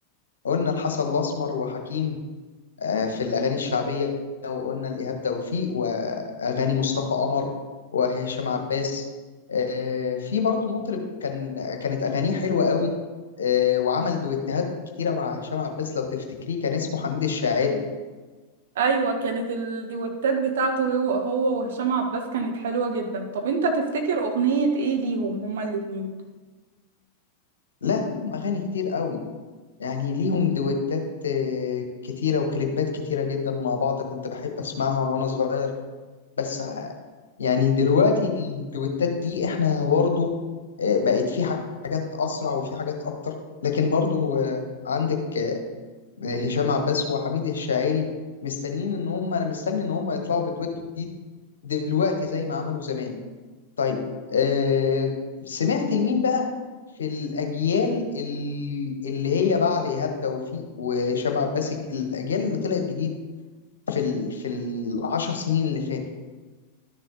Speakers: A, on the left; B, on the right.
A: قلنا الحسن الاسمر وحكيم آه، في الأغاني الشعبية وقلنا لإيهاب توفيق وأغاني مصطفى قمر وهشام عباس آه، في برضو مطرب كان كانت أغانيه حلوة قوي آه، وعمل دويتهات كتيرة مع هشام عباس لو تفتكريه كان اسمه حميد الشاعري
B: أيوة كانت الديوتات بتاعته هو هو وهشام عباس كانت حلوة جدا طب أنت تفتكر أغنية إيه ليهم هما الاتنين
A: لا ليهم أغاني كتير قوي يعني ليهم دويتات آه، كتيرة وكليبات كتيرة جدا مع بعض كنت بحب أسمعها وأنا صغير بس ع- يعني دلوقتي الدويتات دي احنا برضه آه، بقت في حاجات اسرع وفي حاجات اكتر لكن برضو آه، عندك آه، هشام عباس وحميد الشاعري مستنين ان هم انا مستني ان هم يطلعوا بتويتو جديد دلوقتي زي ما عملوا زمان طيب آه، سمعت لمين بقى في الاجيال ال- اللي هي بعد ايهاب توفيق وهشام عباس الج- الاجيال اللي طلعت جديد في ال... في العشر سنين اللي فاتوا